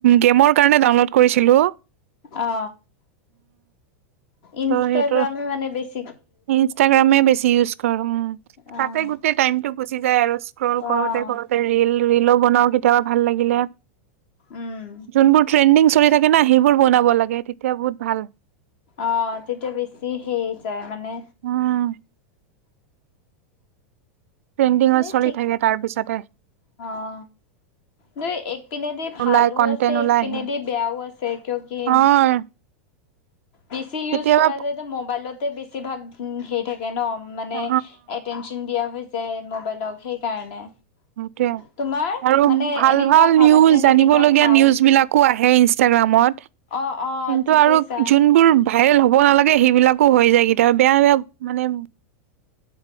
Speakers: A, on the right; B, on the left.
A: গেমৰ কাৰণে ডাউনলোড কৰিছিলো।
B: অ ইনষ্টাগ্ৰামে
A: ত' সেইটো
B: মানে বেছ
A: ইনষ্টাগ্ৰামে বেছি ইউজ কৰো উম
B: অ'
A: তাতে গোটেই টাইম টো গুচি যায় আৰু স্ক্ৰল
B: অ'
A: কৰোতে কৰোতে ৰিল ৰিলো বনাও কেতিয়াবা ভাল লাগিলে।
B: উম।
A: যোনবোৰ ট্ৰেণ্ডিং চলি থাকে না সেইবোৰ বনাব লাগে তেতিয়া বহুত ভাল।
B: অ তেতিয়া বেছি সেই যায় মানে
A: উম। ট্ৰেণ্ডিঙত
B: এই
A: চলি
B: ঠিক
A: থাকে তাৰ পিছতে।
B: অ দুই এক ইপিনেদি
A: ওলাই
B: ভালো
A: কন্টেন্ট
B: আছে
A: ওলাই
B: এক ইপিনেদি
A: আহিম
B: বেয়াও আছে কিয় কি।
A: অ
B: বেছি ইউজ
A: কেতিয়াবা
B: কৰা যায় ত' মোবাইলতে বেছিভাগ হেই থাকে ন মানে
A: অ
B: এটেনশ্যন দিয়া হৈ যায় মোবাইলক সেইকাৰণে।
A: সেইটোৱে
B: তোমাৰ
A: আৰু
B: মানে
A: ভাল
B: এনেকুৱা
A: ভাল
B: ভাৱ
A: নিউজ
B: আছে নে
A: জানিবলগীয়া
B: কিবা ভাল
A: নিউজ বিলাক কো আহে ইনষ্টাগ্ৰামত কিন্তু
B: অ অ ঠিক
A: আৰু
B: কৈছা
A: যোনবোৰ ভাইৰেল হ'ব নালাগে সেইবিলাকো হৈ যায় কেতিয়াবা বেয়া বেয়া মানে।